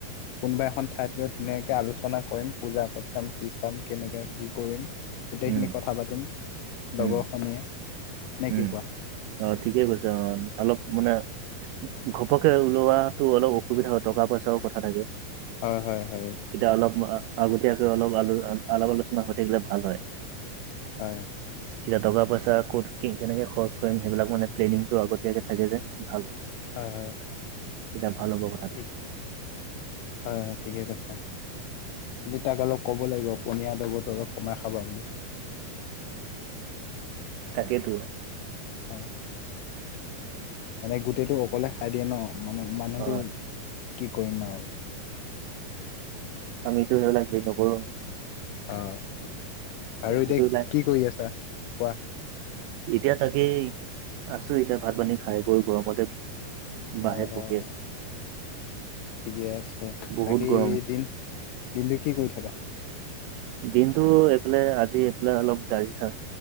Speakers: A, on the left; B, on the right.
A: কোনোবা এখন ঠাইত লৈ ধুনীয়াকে আলোচনা কৰিম পূজা পাঠ চাম কি চাম কেনেকৈ কি কৰিম গোটেইখিনি
B: উম
A: কথা পাতিম
B: উম
A: লগৰখনিয়ীয়ে নে
B: উম
A: কি কোৱা
B: অ ঠিকে কৈছে অ অলপ মানে ঘপকে ওলোৱাাতো অলপ অসুবিধা হয় টকা পইচাও কথা থাকে
A: হয় হয় হয়
B: এতিয়া অলপ আগতীয়াকৈ অলপ আল আলপ আলোচনা হৈ থাকিলে ভাল হয়
A: হয়
B: কতি দগা পাছ ক'ত কেনেকে খৰচ কৰিম সেইবিলাক মানে প্লেনিংটো আগতীয়াকে থাকে যে ভাল হয়
A: হয় হয়
B: এইয়া ভালো ব
A: ঠিক হয় হয় ঠিকে কৈছে অঁ খালি তাক অলপ ক'ব লাগিব পনীয়া দবটো অলপ কমাই খাবা বুলি
B: তাকেইেতো
A: হয় মানে গোটেইটো অকলে খাই দিয়ে ন মানে মানুহটো
B: অ
A: কি কৰিম আৰু
B: আমিটো স লাগে নকৰো
A: অঁ আৰু
B: সেইটো
A: এতিয়া
B: নাই
A: কি কৰি আছা কোৱা
B: এতিয়া তাকেই আছো এতিয়া ভাত পানী খাই বৈ গৰমতে বাহিৰত
A: অঁ
B: বহি
A: অঁ
B: আছো
A: ঠিকে আছে
B: বহুত
A: বাকী
B: গৰম
A: দিম দিনটো কি কৰি থাকা
B: দিনতটো এইফালে আজি এইফালে অলপ গাঢ়িছা